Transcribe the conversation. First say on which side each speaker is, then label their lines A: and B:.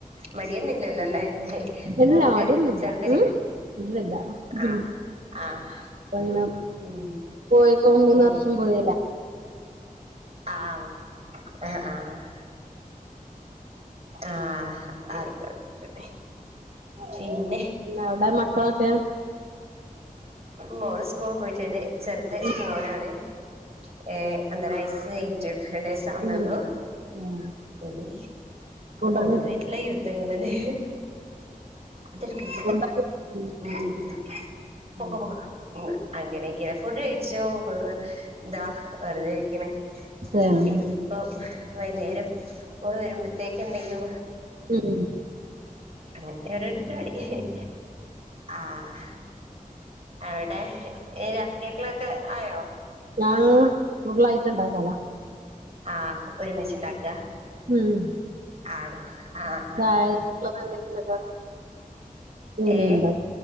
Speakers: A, on the right; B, on the right.
A: മടിയൊന്നുല്ലല്ലോ ലേ
B: ഇല്ല
A: മോക്ക്
B: മടിയൊന്നുല്ല
A: ചെറുതിന്
B: ഉം ഇല്ലല്ല
A: ആഹ്
B: ഉം
A: ആഹ്
B: ഇപ്പൊ അങ്ങനെ
A: ഉം
B: പോയിപ്പോ മൂന്ന്
A: ഇങ്ങനെ
B: വർഷം പോയില്ലേ
A: ആഹ് ആഹ് ആഹ് ആഹ് ആഹ് ആയിക്കോട്ടായിക്കോട്ടെ പിന്നെ
B: അവിടെ മക്കളൊക്കെ
A: മോള് സ്കൂള് പോയിട്ടുണ്ട് ചെറുത്
B: ഉം
A: മോനാണ് ഏഹ് ഒന്നരവയസ് കയി <unintelligible> ആന്നള്ളു
B: ഉം ഉം ആ
A: ഇനി
B: ഫുഡൊക്കെ
A: ഓനുവായിട്ടുള്ള യുദ്ധങ്ങള്ന്നെ അതെടുക്ണ്
B: ഫുഡൊക്കെ ഉം
A: ഉഹ് ഉഹ് ഉ പോക്കോ
B: ഉം
A: പോക്കോ ഉഹ് അങ്ങനെയൊക്കെയ ഫുഡ് കഴിച്ചു എന്താ വെറുതെ ഇരിക്കണ്
B: ഉം.
A: ഇനിയിപ്പ വൈന്നേരം ഓള് വരുമ്പോത്തേക്കെന്തെലും
B: ഉം
A: അങ്ങനത്തെ ഒരോരോ പരിപാടി ആഹ്ഹ് അവിടെ ഈ രാത്രിത്തെകേളൊക്കെ ആയോ
B: ആഹ്ഹ് കൂടുതലായിട്ട്ഉണ്ടാക്കലോ
A: ആഹ് ഒരുമിച്ചുണ്ടാക്ക
B: <unintelligible>
A: ആണോ ആഹ് ആഹ്
B: ചായക്കുള്ളത്
A: ആഹ്
B: എന്തെങ്കില്ക്കോ ഇനിയുണ്ടോ
A: ഏഹ്